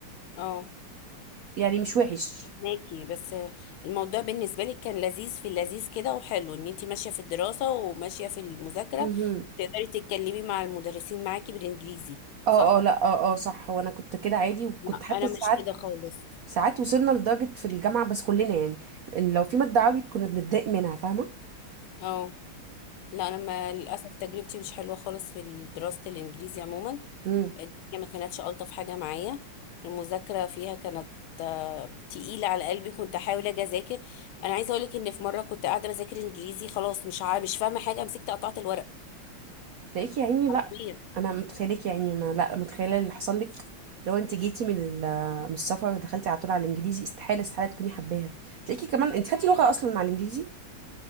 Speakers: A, on the left (about 80°); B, on the right (about 85°).
A: اه
B: يعني مش وحش
A: فهماكي بس الموضوع بالنسبه لك كان لذيذ في اللذيذ كده وحلو ان انت ماشيه في الدراسه وماشيه في المذاكره
B: امم
A: وتقدري تتكلمي مع المدرسين معاكي بالانجليزي
B: اه
A: صح
B: اه لا اه اه صح وانا كنت كده عادي وكنت
A: لا
B: حتى
A: انا
B: ساعات
A: مش كده خالص
B: ساعات وصلنا لدرجه في الجامعه بس كلنا يعني ان لو في ماده عربي كنا بنتضايق منها فاهمه
A: اه لا انا ما للاسف تجربتي مش حلوه خالص في دراسه الانجليزي عموما
B: امم
A: الدنيا ما كانتش الطف حاجه معايا المذاكره فيها كانت آه، تقيله على قلبي كنت احاول اجي اذاكر انا عايزه اقولك ان في مره كنت قاعده بذاكر انجليزي خلاص مش عا... مش فاهمه حاجه مسكت قطعت الورق
B: تلاقيك يا عيني لا
A: حرفيا
B: انا متخيلك يا عيني انا لا متخيله اللي حصل لك لو انت جيتي من ال- من السفر ودخلتي على طول على الانجليزي استحاله استحاله تكوني حباها تلاقيكي كمان انت خدتي لغه اصلا مع الانجليزي